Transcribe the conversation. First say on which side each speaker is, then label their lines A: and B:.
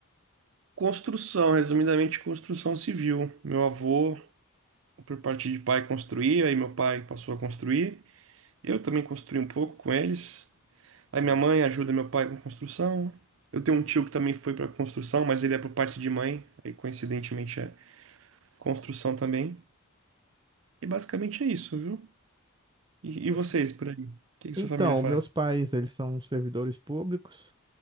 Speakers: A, on the right; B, on the right.
A: Construção, resumidamente, construção civil. Meu avô, por parte de pai, construía, aí meu pai passou a construir. Eu também construí um pouco com eles. Aí
B: Sim.
A: minha mãe ajuda meu pai com construção. Eu tenho um tio que também foi para construção, mas ele é por parte de mãe, aí coincidentemente é construção também. E basicamente é isso, viu? E,
B: Poxa.
A: e vocês por aí? O que que sua
B: Então,
A: família faz?
B: meus pais, eles são servidores públicos,